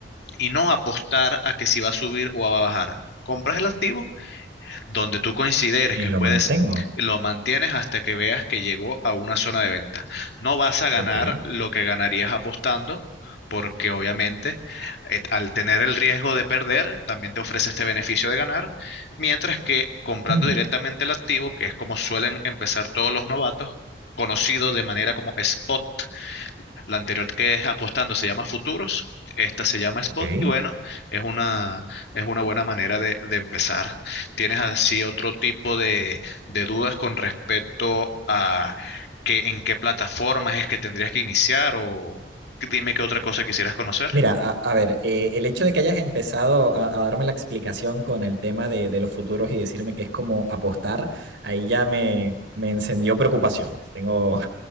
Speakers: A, on the left; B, on the right.
A: y no apostar a que si va a subir o va a bajar. Compras el activo donde tú consideres
B: Y
A: que
B: lo
A: puedes,
B: mantengo.
A: lo mantienes hasta que veas que llegó a una zona de venta. No vas a ganar
B: Ok.
A: lo que ganarías apostando, porque obviamente eh, al tener el riesgo de perder, también te ofrece este beneficio de ganar, mientras que comprando
B: Mm,
A: directamente el activo, que es como suelen empezar todos los novatos, conocido de manera como spot, la anterior que es apostando se llama Futuros, esta se llama Spot
B: ok.
A: y bueno, es una, es una buena manera de, de empezar. ¿Tienes así otro tipo de, de dudas con respecto a que, en qué plataformas es que tendrías que iniciar o dime qué otra cosa quisieras conocer?
B: Mira, a, a ver, eh, el hecho de que hayas empezado a, a darme la explicación con el tema de, de los futuros y decirme que es como apostar, ahí ya me, me encendió preocupaciones. Tengo,